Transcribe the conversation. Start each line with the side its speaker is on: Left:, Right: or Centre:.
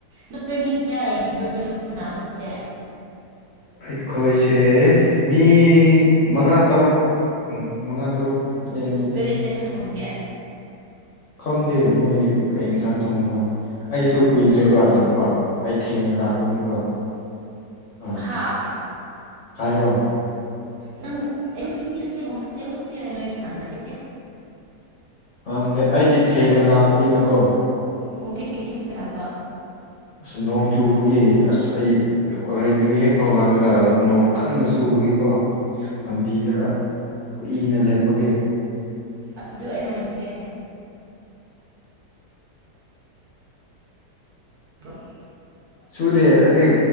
Right: ꯅꯣꯏ ꯃꯤ ꯀꯌꯥ ꯌꯦꯡꯗꯣꯏꯅꯣ ꯁꯥꯟꯅꯕꯁꯦ
Left: ꯑꯩꯈꯣꯏꯁꯦ ꯃꯤ ꯃꯉꯥ ꯇꯔꯨꯛ ꯎꯝ ꯃꯉꯥ ꯇꯔꯨꯛ ꯌꯦꯡꯗꯣꯏꯅꯦ
Right: ꯀꯩ ꯌꯦꯟꯖꯡ ꯊꯣꯡꯒꯦ
Left: ꯈꯪꯗꯦ ꯃꯣꯏ ꯀꯩ ꯌꯦꯟꯁꯥꯡ ꯊꯣꯡꯕꯅꯣ ꯑꯩꯁꯨ ꯀꯨꯏꯗ꯭ꯔꯦꯕ
Right: ꯑꯗꯨ
Left: ꯂꯥꯛꯄ ꯑꯩ ꯊꯦꯡꯅ ꯂꯥꯛꯄꯒꯤꯀꯣ ꯑꯥ
Right: ꯍꯥꯥ
Left: ꯍꯥꯏꯔꯣ
Right: <unintelligible>
Left: ꯍꯡꯗꯦ ꯑꯩꯗꯤ ꯊꯦꯡꯅ ꯂꯥꯛꯄꯅꯤꯅꯀꯣ
Right: ꯑꯣꯀꯔꯤꯒꯤ ꯊꯦꯡꯅ ꯂꯥꯛꯄ
Left: ꯑꯁ ꯅꯣꯡ ꯆꯨꯕꯒꯤ ꯑꯁ ꯑꯩ ꯑꯣꯔꯦꯟꯗꯒꯤ ꯍꯦꯛ ꯊꯣꯂꯛꯔꯒ ꯅꯣꯡ ꯀꯟꯅ ꯆꯨꯕꯒꯤꯀꯣ ꯂꯝꯕꯤꯗ ꯀꯨꯏꯅ ꯂꯦꯞꯄꯒꯦ
Right: ꯑꯗꯨ ꯑꯩꯅ ꯍꯥꯏꯒꯦ <unintelligible>
Left: ꯁꯨꯗꯦ ꯑꯩ